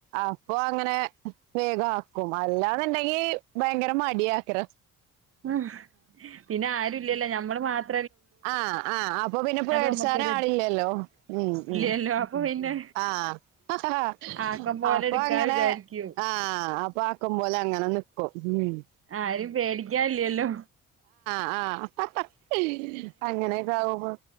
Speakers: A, on the right; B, on the right.
A: അപ്പൊ അങ്ങനെ ഉം വേഗആക്കും അല്ലാന്നുണ്ടെങ്കി ഭയങ്കര മടിയ കേ
B: ആഹ പിന്നെ ആരുല്ലല്ലോ ഞമ്മള് മാത്ര
A: ആഹ ആഹ് അപ്പൊ പിന്നെ പേടിച്ചാര
B: നമ്മുക്കൊരു
A: ആളില്ലല്ലോ ഉം ഉം
B: ഇല്ലല്ലോ
A: ഉം
B: അപ്പൊ പിന്നെ
A: ആഹ ഹ ഹ ഹ
B: ആക്കം പോലെ
A: അപ്പൊ
B: എടുക്കാ
A: അങ്ങനെ
B: വിചാരിക്കും
A: ആഹ അപ്പ ആക്കും പോലെ അങ്ങനെ നിക്ക് <unintelligible>
B: ആരെയും പേടിക്കാനില്ലല്ലോ.
A: ആ ഹ് ഹ് ഹ്ഹ്ഹ് അങ്ങനെയൊക്കെ ആകുമ്പോ